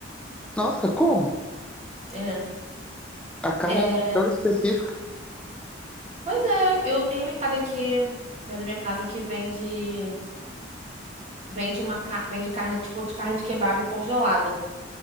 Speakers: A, in the centre; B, on the right.
A: Nossa, como?
B: É.
A: A carne
B: É,
A: é tão específica.
B: pois é, eu tenho um mercado aqui perto da minha casa que vende vende uma ca- vende carne, tipo, de carne de kebab congelada.